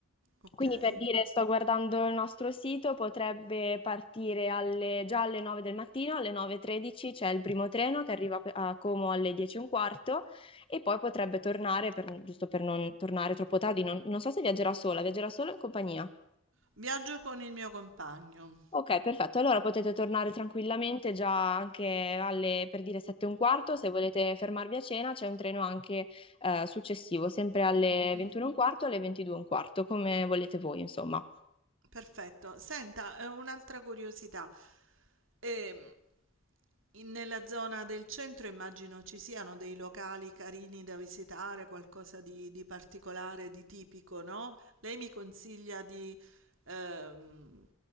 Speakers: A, on the right (about 70°); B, on the left (about 25°).
A: ok.
B: Quindi per dire, sto guardando il nostro sito, potrebbe partire alle- già alle 9 del mattino, alle 9.13 c'è il primo treno che arriva a Como alle 10 e un quarto e poi potrebbe tornare, per- giusto per non tornare troppo tardi, non, non so se viaggerà sola, viaggerà solo in compagnia.
A: Viaggio con il mio compagno.
B: Ok, perfetto. Allora potete tornare tranquillamente già anche alle, per dire, sette e un quarto. Se volete fermarvi a cena, c'è un treno anche eh, successivo, sempre alle
A: Mm.
B: 21 e un quarto, alle 22 e un quarto, come volete voi, insomma.
A: Perfetto. Senta, eh, un'altra curiosità. Ehm, in- nella zona del centro immagino ci siano dei locali carini da visitare, qualcosa di, di particolare, di tipico, no? Lei mi consiglia di, ehm,